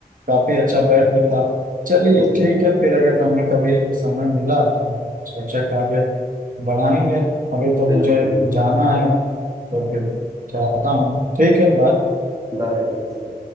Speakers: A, on the right (about 60°); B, on the right (about 20°).
A: काफी अच्छा बैठ भी था चलिए
B: जी
A: ठीक है फिर अगर हमें कभी समय मिला तो सोचा कि आगे बढ़ाएंगे अभी तो
B: बिल्कुल
A: मुझे
B: बिल्कुल
A: जाना है तो फिर जाता हूँ ठीक है बाय
B: Bye bye